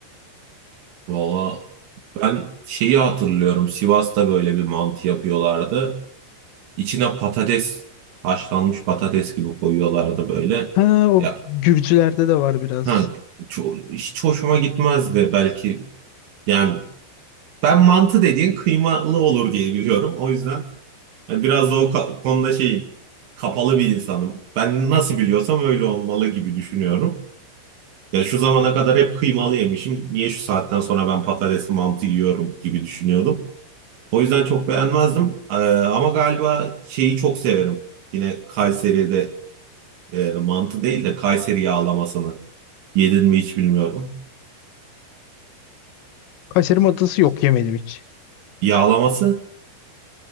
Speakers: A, on the right; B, on the left.
A: Valla ben şeyi hatırlıyorum. Sivas'ta böyle bir mantı yapıyorlardı. İçine patates, haşlanmış patates gibi koyuyorlardı böyle.
B: Ha, o
A: Ya
B: Gürcülerde de var biraz.
A: ha, ço- hiç hoşuma gitmezdi belki. Yani ben mantı dediğin kıymalı olur diye biliyorum. O yüzden yani biraz da o ka- konuda şeyim. Kapalı bir insanım. Ben nasıl biliyorsam öyle olmalı gibi düşünüyorum. Ya şu zamana kadar hep kıymalı yemişim. Niye şu saatten sonra ben patatesli mantı yiyorum gibi düşünüyordum. O yüzden çok beğenmezdim. Ee, ama galiba şeyi çok severim. Yine Kayseri'de e, mantı değil de Kayseri yağlamasını. Yedin mi hiç bilmiyorum.
B: Kayseri mantısı yok yemedim hiç.
A: Yağlaması?